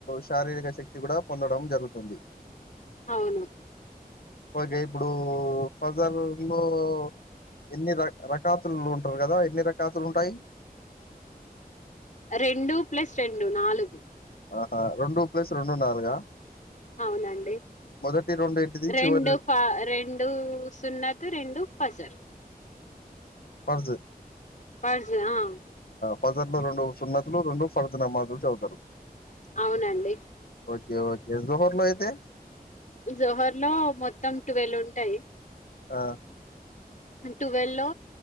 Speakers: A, on the left (about 75°); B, on the left (about 55°).
A: శారీరక శక్తి కూడా పొందడం జరుగుతుంది
B: అవును
A: ఓకే ఇప్పుడు <unintelligible> ఎన్ని రకాతులు ఉంటారు కదా ఎన్ని రకాతులు ఉంటాయి
B: రెండు ప్లస్ రెండు నాలుగు
A: ఆ రెండు ప్లేస్ రెండు నాలుగా
B: అవునండి
A: మొదటి రెండు ఏంటిది
B: రెండు
A: చివరి
B: ఫ రెండు సున్నతు రెండు ఫజర్
A: పర్దు
B: <unintelligible> ఆ
A: ఫజర్ లో రెండు సున్నతులు రెండు ఫర్దు నమాజులు చదువుతరు
B: అవునండి
A: ఓకే ఓకే జోహర్ లో అయితే
B: జోహర్ లో మొత్తం టువెల్ ఉంటాయి
A: ఆ
B: టువెల్ లో